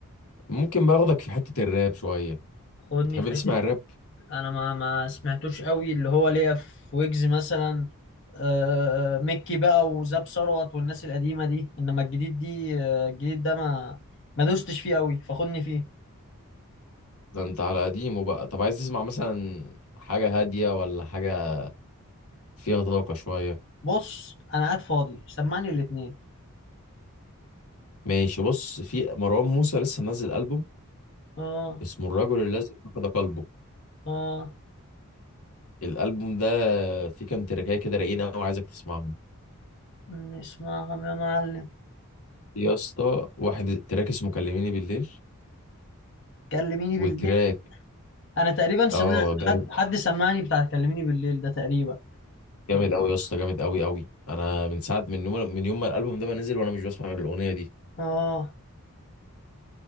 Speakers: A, on the left; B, on the left.
A: ممكن باخدك في حتة الراب شوية
B: خدني
A: بتحب
B: في حته
A: تسمع الراب
B: انا ما ما سمعتوش قوي اللي هو ليا في ويجز مثلا آه، مكي بقى وزاب ثروت والناس القديمه دي انما الجديد دي آه، الجديد ده ما ما دوستش فيه قوي فخدني فيه
A: ده انت على قديمه بقى طب عايز تسمع مثلا حاجة هادية ولا حاجة فيها طاقة شوية
B: بص انا قاعد فاضي سمعني الاتنين
A: ماشي بص في مروان موسى لسه منزل ألبوم
B: اه
A: اسمه الرجل الذي فقد قلبه
B: اه
A: الألبوم ده فيه كام تراكاية كده رايقين أوي عايزك تسمعهم
B: نسمعهم يا معلم
A: يا اسطى واحد تراك اسمه كلميني بالليل
B: كلميني
A: وتراك
B: بالليل انا تقريبا سمعت
A: اه جامد
B: حد حد سمعني بتاع كلميني بالليل ده تقريبا
A: جامد قوي يا اسطى جامد قوي قوي انا من ساعه من يوم من يوم ما الالبوم ده ما نزل وانا مش بسمع غير الاغنيه دي
B: اه